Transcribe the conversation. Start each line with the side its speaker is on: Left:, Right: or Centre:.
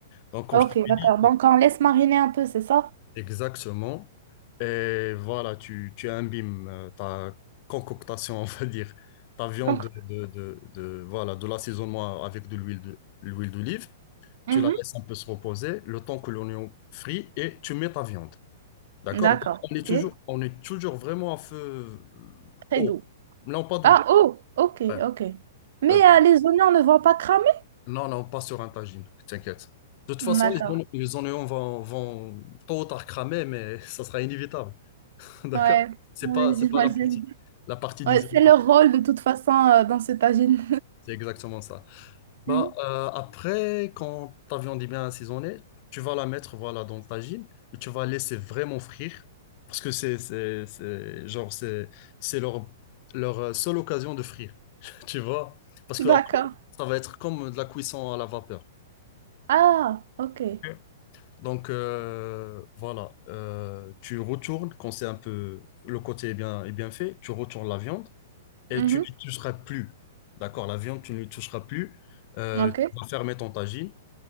Left: Donc, comme
Right: Ok,
Left: je t'ai
Right: d'accord.
Left: dit,
Right: Donc on laisse mariner un peu, c'est ça?
Left: Exactement. Et voilà, tu, tu imbimes euh, ta concoctation, <laughs> on va dire, ta viande
Right: Donc,
Left: de, de, de, de- voilà, de l'assaisonnement avec de l'huile de, l'huile d'olive.
Right: mhm.
Left: Tu la laisses un peu se reposer le temps que l'oignon frit et tu mets ta viande. D'accord?
Right: D'accord.
Left: On est
Right: Ok.
Left: toujours, on est toujours vraiment à feu euh,
Right: Très
Left: haut.
Right: doux.
Left: Non, pas doux.
Right: Ah, oh, ok,
Left: Ouais.
Right: ok. Mais
Left: Euh,
Right: euh, les oignons ne vont pas cramer?
Left: non, non, pas sur un tagine, t'inquiète. De toute façon,
Right: D'accord.
Left: les, oignons les oignons vont, vont tôt ou tard cramer, mais <laughs> ça sera inévitable. <laughs> D'accord?
Right: Ouais,
Left: C'est
Right: oui,
Left: pas, c'est
Right: j'imagine.
Left: pas la partie, la partie
Right: Ouais,
Left: d'isolement.
Right: c'est leur rôle de toute façon euh, dans ce tagine.
Left: C'est exactement ça.
Right: <laughs>
Left: Bah,
Right: Mhm.
Left: euh, après, quand ta viande est bien assaisonnée, tu vas la mettre voilà, dans le tagine et tu vas laisser vraiment frire parce que c'est, c'est, c'est, genre, c'est, c'est leur, leur euh, seule occasion de frire, <laughs> tu vois? Parce que
Right: D'accord.
Left: après, ça va être comme de la cuisson à la vapeur.
Right: Ah, ok.
Left: Ok. Donc euh, voilà, Euh, tu retournes quand c'est un peu le côté est bien, est bien fait, tu retournes la viande et
Right: Mhm.
Left: tu n'y toucheras plus. D'accord, la viande, tu ne lui toucheras plus. Euh,
Right: Ok.
Left: tu vas fermer ton tagine.